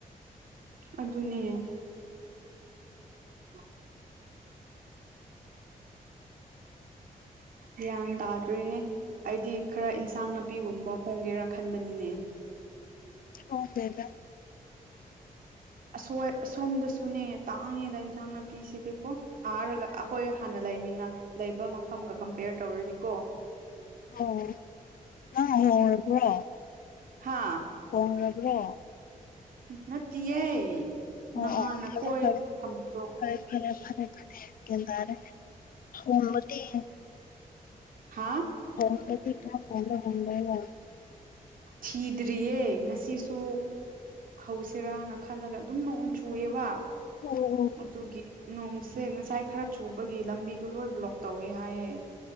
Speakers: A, on the right; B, on the left.
A: ꯑꯗꯨꯅꯦ <inaudible> ꯒ꯭ꯌꯥꯟ ꯇꯥꯗ꯭ꯔꯤꯅꯦ ꯑꯩꯗꯤ ꯈꯔ ꯏꯟꯁꯥꯡ ꯅꯥꯄꯤꯒꯨꯝꯕ ꯍꯣꯡꯒꯦꯔꯥ ꯈꯟꯕꯅꯤꯅꯦ
B: ꯍ‌‌ꯣꯡꯗꯦꯗ
A: ꯑꯁꯣꯏ ꯑꯁꯣꯝꯗꯁꯨꯅꯦ ꯇꯥꯡꯉꯦꯗ ꯏꯟꯁꯥꯡ ꯅꯥꯄꯤꯁꯤꯗꯤꯀꯣ ꯑꯔꯒ ꯑꯩꯈꯣꯏ ꯍꯥꯟꯅ ꯂꯩꯃꯤꯟꯅ ꯂꯩꯕ ꯃꯐꯝꯒ ꯀꯝꯄꯦꯌꯔ ꯇꯧꯔꯗꯤꯀꯣ
B: ꯑꯣ ꯅꯪ ꯍꯪꯉꯧꯔꯕ꯭ꯔꯣ
A: ꯍꯥꯥ
B: ꯀꯣꯟ ꯂꯕ꯭ꯔꯣ
A: ꯅꯠꯇꯤꯌ‌ꯦ
B: ꯑꯣ
A: ꯅꯍꯥꯟ
B: ꯑꯣ
A: ꯑꯩꯈꯣꯏ
B: ꯐꯔꯦ ꯐꯔꯦ
A: ꯊꯝꯗꯣ
B: ꯐꯔꯦ ꯐꯔꯦ ꯐꯔꯦ ꯐꯔꯦ ꯒ꯭ꯌꯥꯟ ꯇꯥꯔꯦ <unintelligible>
A: ꯍꯥꯥ
B: ꯍ‌ꯣꯡꯕꯗꯤ ꯀꯔꯝ ꯀꯥꯟꯗ ꯍꫭꯡꯗ‌ꯣꯏꯕꯥ
A: ꯊꯤꯗ꯭ꯔꯤꯌꯦ ꯉꯁꯤꯁꯨ ꯍꯧꯁꯤꯔꯥꯅ ꯈꯜꯂꯒ ꯑꯗꯨꯝ ꯅꯣꯡ ꯆꯨꯌ‌ꯦꯕ
B: ꯑ‌ꯣ
A: ꯑꯗꯨꯒꯤ ꯅꯣꯡꯁꯦ ꯉꯁꯥꯏ ꯈꯔ ꯆꯨꯕꯒꯤ ꯂꯝꯕꯤꯗꯣ ꯂꯣꯏ ꯕ꯭ꯂꯣꯛ ꯇꯧꯋꯦ ꯍꯥꯏꯌꯦ